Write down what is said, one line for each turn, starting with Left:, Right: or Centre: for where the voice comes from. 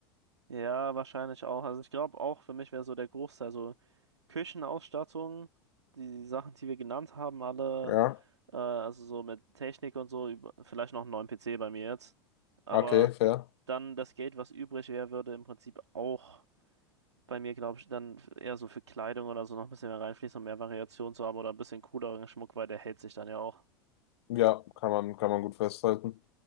Right: Ja, wahrscheinlich auch. Also ich glaube auch für mich wäre so der Großteil so Küchenausstattung, die Sachen, die wir genannt haben, alle,
Left: Ja,
Right: äh, also so mit Technik und so, über, vielleicht noch einen neuen PC bei mir jetzt. Aber
Left: okay, fair.
Right: dann das Geld, was übrig wäre, würde im Prinzip auch bei mir, glaube ich, dann eher so für Kleidung oder so noch ein bisschen mehr reinfließen, um mehr Variation zu haben oder ein bisschen cooleren Schmuck, weil der hält sich dann ja auch.
Left: Ja, kann man, kann man gut festhalten.